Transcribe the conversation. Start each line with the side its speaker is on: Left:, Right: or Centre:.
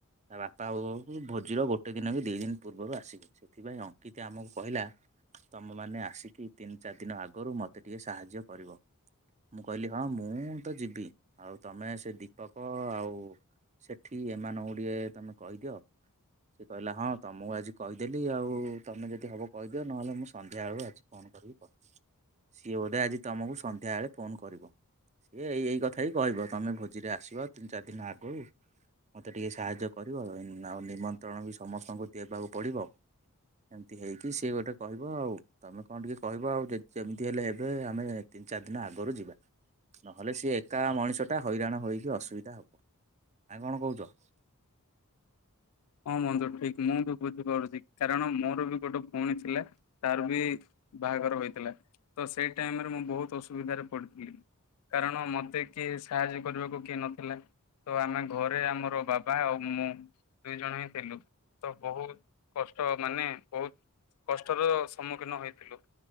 Right: ତା ବାପା <unintelligible> ଭୋଜିର ଗୋଟେ ଦିନ କି ଦି ଦିନ ପୂର୍ବରୁ ଆସିବେ। ସେଥିପାଇଁ ଅଙ୍କିିତ ଆମକୁ କହିଲା ତମ ମାନେ ଆସିକି ତିନି ଚାରି ଦିନ ଆଗରୁ ମତେ ଟିକେ ସାହାଯ୍ୟ କରିବ। ମୁଁ କହିଲି ହଁ ମୁଁ ମୁଁ ତ ଯିବି ଆଉ ତମେ ସେ ଦୀପକ ଆଉ ସେଠି ଏମାନ ଗୁଡିଏ ତମେ କହିଦିଅ। ସେ କହିଲା ହଁ ତମକୁ ଆଜି କହିଦେଲି ଆଉ ତମେ ଯଦି ହବ କହି ନହେଲେ ମୁଁ ସନ୍ଧ୍ୟାବେଳୁ ଆଜି ଫୋନ୍ କରିକି କହିିବି। ସିଏ ଗୋଟେ ଆଜି ତୁମକୁ ସନ୍ଧ୍ୟାବେଳେ ଫୋନ୍ କରିବ। ସିଏ ଏଇ ଏଇ କଥା ହିଁ କହିବ ତୁମେ ଭୋଜିରେ ଆସିବ। ତିନି ଚାରି ଦିନ ଆଗରୁ ମୋତେ ଟିକେ ସାହାଯ୍ୟ କରିବ। ଆଉ ନିମନ୍ତ୍ରଣ ବି ସମସ୍ତଙ୍କୁ ଦେବାକୁ ପଡ଼ିବ। ଏମିତି ହେଇକି ସିଏ ଗୋଟେ କହିବ ଆଉ। ତମେ କଣ ଟିକେ କହିବ ଆଉ ଯେମିତି ହେଲେ ଏବେ ଆମେ ତିନି ଚାରି ଦିନ ଆଗରୁ ଯିବା। ନହେଲେ ସିଏ ଏକା ମଣିଷ ଟା ହଇରାଣ ହେଇକି ଅସୁବିଧା ହବ ଆ କଣ କହୁଛ?
Left: ହଁ ମନ୍ଧୁ ଠିକ ମୁଁ ବି ବୁଝିପାରୁଛି କାରଣ ମୋର ବି ଗୋଟେ ଭଉଣୀ ଥିଲା ତାର ବି ବାହାଘର ହୋଇଥିଲା ତ ସେଇ ଟାଇମରେ ମୁଁ ବହୁତ ଅସୁବିଧାରେ ପଡିଥିଲି। କାରଣ ମତେ କିଏ ସାହାଯ୍ୟ କରିବାକୁ କିଏ ନଥିଲା। ତ ଆମେ ଘରେ ଆମର ବାବା ଆଉ ମୁଁ। ଦୁଇ ଜଣ ହିଁ ଥିଲୁ ତ ବହୁତ କଷ୍ଟ ମାନେ ବହୁତ କଷ୍ଟର ସମ୍ମୁଖୀନ ହେଇଥିଲୁ